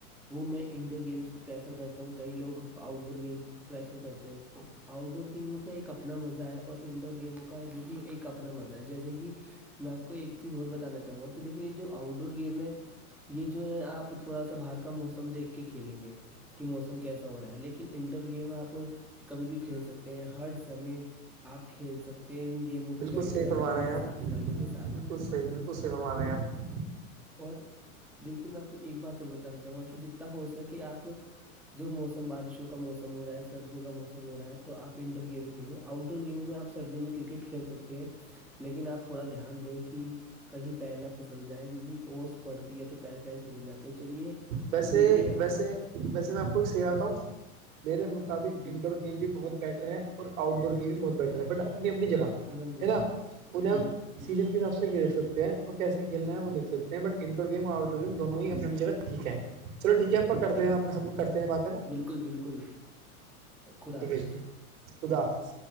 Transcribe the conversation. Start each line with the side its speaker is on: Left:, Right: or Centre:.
Centre: وہ میں انڈور گیمس کو پریفر کرتا ہوں کئی لوگ آؤٹ ڈور گیم کو پریفر کرتے ہیں آؤٹ ڈور گیم کا ایک اپنا مزہ ہے اور انڈور گیموں کا دیکھیے ایک اپنا مزہ ہے جیسے کہ میں آپ کو ایک چیز اور بتانا چاہوں گا کہ دیکھیے یہ جو آؤٹ ڈور گیم ہے یہ جو ہے آپ تھوڑا سا باہر کا موسم دیکھ کے کھیلیں گے کہ موسم کیسا ہو رہا ہے لیکن انڈور گیم آپ کبھی بھی کھیل سکتے ہیں ہر سمے آپ کھیل سکتے ہیں ان گیموں کو
Right: بالکل
Centre: بیٹھ
Right: صحیح
Centre: کر
Right: فرما
Centre: اپنے
Right: رہے ہیں آپ
Centre: ساتھ والوں کے ساتھ
Right: بالکل <unintelligible>
Centre: اور دیکھیے میں آپ کو ایک بات اور بتانا چاہوں گا کہ جتنا ہو سکے آپ جب موسم بارشوں کا موسم ہو رہا ہے سردیوں کا موسم ہو رہا ہے تو آپ ان ڈور گیم کھیلیے آؤٹ ڈور گیموں میں آپ سردیوں میں کرکٹ کھیل سکتے ہیں لیکن آپ تھوڑا دھیان دیں کہ کہیں پیر نہ پھسل جائیں کیونکہ اوس پڑتی ہے تو پیر پیر پھسل جاتے ہیں چلیے
Right: ویسے
Centre: دیکھیے
Right: ویسے ویسے میں آپ کو ایک سیھاتا ہوں میرے مطابق
Centre: جی
Right: انڈور گیم بھی بہت بیٹر ہے اور آؤٹ ڈور گیم بھی بہت بیٹر ہے بٹ اپنی اپنی جگہ
Centre: الحمد للہ
Right: ہے ناں انہیں
Centre: جی
Right: ہم
Centre: بالکل
Right: سیزن کے حساب سے کھیل سکتے ہیں اور کیسے کھیلنا ہے وہ دیکھ سکتے ہیں بٹ انڈور گیم اور آؤٹ ڈور گیم دونوں ہی اپنی جگہ ٹھیک ہے چلو ٹھیک ہے اپنا کرتے ہیں ہم کرتے ہیں بات ہے ناں
Centre: بالکل بالکل خدا
Right: ٹھیک
Centre: حافظ
Right: ہے جی خدا حافظ